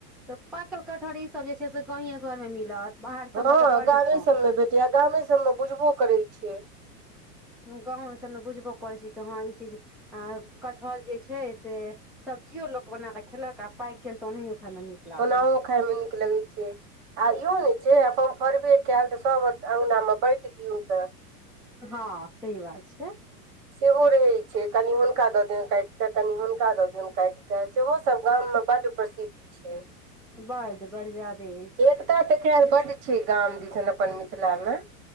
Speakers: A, in the centre; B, on the right (about 40°).
A: तऽ पाकल कठहरी ई सब जे छै से गाये घरमे मिलत बाहर
B: हँ
A: सबमे तऽ बड्ड
B: गामे
A: कम
B: सभमे भेटैए गामे सभमे बुझबो करै छिय
A: गाँवमे सभमे बुझबो करैत छी कि हँ ई चीज अ कटहल जे छै से सब जियो लोक बना क खेलक आ पाय केल त ओनाहियो खायमे नीक लागल
B: ओनाहो खाय मे नीक लगैत छै, आ इहो होइ छै, हम फरबे केयल तऽ सब अङ्गनामे बाँटि दियौ तऽ
A: हँ सही बात छै
B: सेहो रहैत छै कनि हुनका दऽ दियो काटि कऽ कनि हुनका दऽ दियो काटि कऽ सेहोसभ गाममे बड प्रसिद्ध छै
A: बड्ड बड़ ज्यादे अछि
B: एकता तऽ खैर बच छै गाम दिस ने अपन मिथिला मे